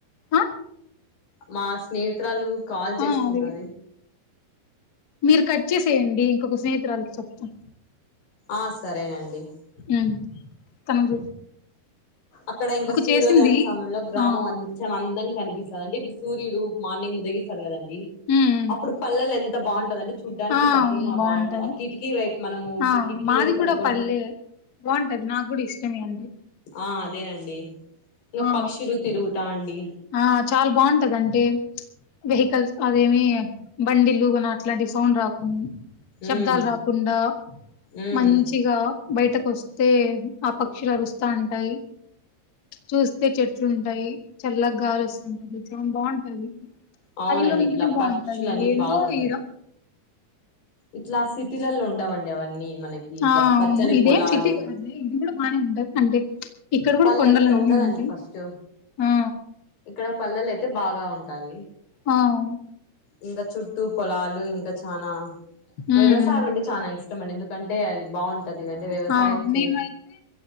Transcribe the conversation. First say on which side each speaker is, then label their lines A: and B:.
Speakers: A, on the left; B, on the left.
A: ఆ
B: మా స్నేహితురాలు కాల్ చేస్తున్నది
A: ఆ అదే మీరు కట్ చేసేయండి ఇంకొక స్నేహితురాలకి చెప్త
B: ఆ సరేనండి
A: మ్ తనక్
B: అక్కడ ఇంకా సూర్యోదయం
A: చేసింది
B: సమయంలో గ్రామం
A: ఆ
B: అం చాలా అందం కనిపిస్తాడండి అంటే ఇప్పుడు సూర్యుడు మార్నింగ్ ఉదయిస్తాడు కదం డి
A: ఉమ్ ఉమ్
B: అప్పుడు పళ్ళేలో ఎంత బాగుంటదంటే చూడ్డానికి
A: ఆ
B: పోద్దున్న
A: అవును బాగుంటది
B: బాగుంటాయి ఆ కిటికీ వైపు మనము ఇప్పుడు
A: ఆ
B: కిటికీ
A: మాది
B: దగ్గర పండుకుంటు
A: కూడా పల్లె బాగుంటది నాకు కూడా ఇష్టమే అండి
B: ఆ అదేఅండి ఇంగ
A: ఆ
B: పక్షులు తిరుగుతా అండి
A: ఆ చాలా బాగుంటదంటే వెహికల్స్ అదేమి బండిలు గుణ అట్లాంటి సౌండ్ రాకున్ శబ్దాలు
B: ఉమ్
A: రాకుండా
B: ఉమ్
A: మంచిగా బయటకు వస్తే ఆ పక్షులు అరుస్తా ఉంటాయి చూస్తే చెట్లు ఉంటాయి చల్లగా గాలి వస్తుంటది చాలా బాగుంటది
B: అవునండి
A: పళ్ళేలో ఉంటేనే
B: ఇట్లా
A: బాగుంటది
B: పక్షులు అన్ని
A: ఏందో
B: బాగుంటాయి
A: ఈడ
B: ఇట్లా సిటీలలో ఉండవండి అవన్నీ మనకి ఇట్లా
A: ఆ అవును
B: పచ్చని
A: ఇదేం
B: పొలాలు
A: సిటీ కాదులే ఇది కూడా బాగానే ఉంటాయి అంటే ఇక్కడ కూడా
B: పళ్ళంత
A: కొండలు అన్నీ
B: ఉండదండి
A: ఉంటాయి
B: ఫస్ట్
A: ఆ
B: ఇక్కడ పళ్ళేలో అయితే బాగా ఉంటది
A: ఆ అవున్
B: ఇంగా చుట్టూ పొలాలు ఇంకా చానా
A: ఉమ్
B: వ్యవసాయం అంటే చానా ఇష్టం అండి ఎందు కంటే అది బాగుంటది అంటే వ్యవసాయం
A: ఆ
B: చే
A: మేమైతే